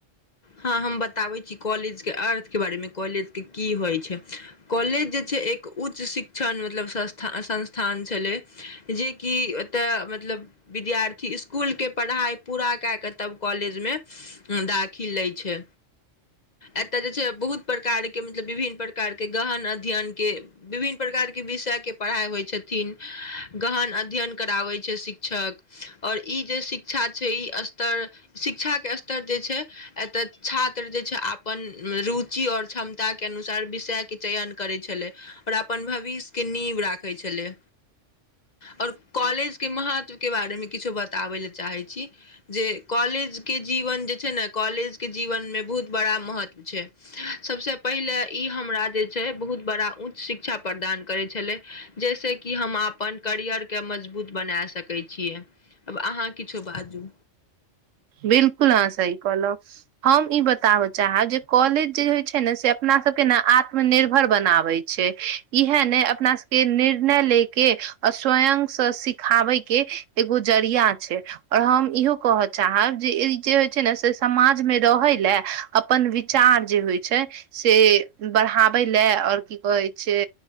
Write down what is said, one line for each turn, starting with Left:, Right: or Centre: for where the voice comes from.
Left: हँ हम बताबै छी कॉलेज के अर्थ के बारेमे कॉलेज के की होय छै कॉलेज जे छै एक उच्च शिक्षण मतलब संस्था संस्थान छलय जेकि तऽ मतलब विद्यार्थी स्कुल के पढ़ाइ पूरा कए कऽ तब कॉलेजमे दाखिल लै छै एतय जे छै बहुत प्रकार के मतलब विभिन्न प्रकार के गहन अध्ययन के विभिन्न प्रकार हर विषय के पढ़ाइ होइ छथिन गहन अध्ययन कराबै शिक्षक आओर ई जे शिक्षा छै ई स्तर शिक्षा के स्तर जे एतऽ छात्र जे छै अपन रुचि आओर क्षमता के अनुसार विषय के चयन करे छले आओर अपन भविष्यके नीव राखै छलै
Right: <inaudible>
Left: और कॉलेज के महत्व के बारे मे किछु बताबे ले चाहे छी जे कॉलेज के जी जीवन जे छै ने कॉलेजके जीवनमे बहुत बड़ा महत्व छै सबसँ पहिले ई हमरा जे छै बहु बड़ा उच्च शिक्षा प्रदान करै छलै जाहिसँ कि हम अपन करियर के मजबुत बने सकैय छीय अहाँ किछो बाजू
Right: बिलकुल हँ सही कहलो हम ई बताबऽ चाहब जे कॉलेज जे होइत छै ने से अपना सबके ने आत्मनिर्भर बनाब छै इह ने अपना सबके निर्णय ले के स्वयं से सिखाबै के एगो जरिया छै ओर हम इहो कहय चाहब जे ई जे होइ छै ने से समाज मे रहे ल अपन वि विचार जे होइ छै से बढ़ाबै ल आओर की कहै छै